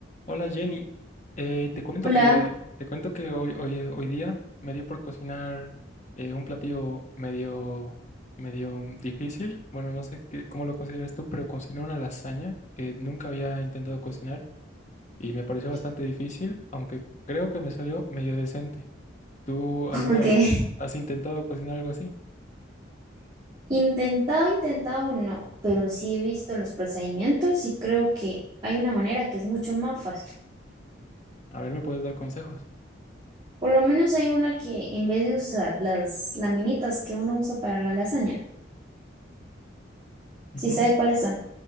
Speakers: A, on the left; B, on the right.
A: Hola Jenny, Eh, te cuento
B: Hola,
A: que te cuento que hoy, hoy, hoy día me dio por cocinar eh, un platillo medio medio difícil. Bueno, no sé qué- cómo lo consideras tú, pero cociné una lasaña que nunca había intentado cocinar y me pareció
B: y
A: bastante difícil, aunque creo que me salió medio decente. ¿Tú
B: como
A: alguna
B: que
A: vez has, has intentado cocinar algo así?
B: <laughs> intentado, intentado no, pero sí he visto los procedimientos y creo que hay una manera que es mucho más fácil.
A: A ver, ¿me puedes dar consejos?
B: Por lo menos hay una que en vez de usar las laminitas que uno usa para la lasaña,
A: Ujú,
B: ¿sí sabe cuáles son?